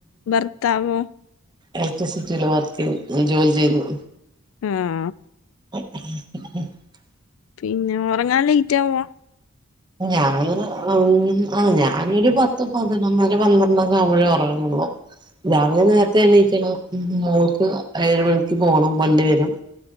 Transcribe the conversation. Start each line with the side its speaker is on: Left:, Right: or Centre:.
Left: ഭർത്താവോ
Right: എലക്ട്രിസിറ്റിയില് വർക്കെയ്യുന്നു മ് ജോലി ചെയ്യുന്നു
Left: ആഹ്
Right: <inaudible>
Left: പിന്നെ ഉറങ്ങാാന് ലേറ്റ് ആവോ
Right: ഞാന് ആഹ് ഞാനരു പത്ത് പതിനൊന്നര പന്ത്രണ്ടൊക്കെ ആവുമ്പഴേ ഉറങ്ങുള്ളു രാവിലെ നേരത്തെ എണ്ണയിക്കണം മോക്ക് ഏഴ് മണിക്ക് പോണം വണ്ടി വരും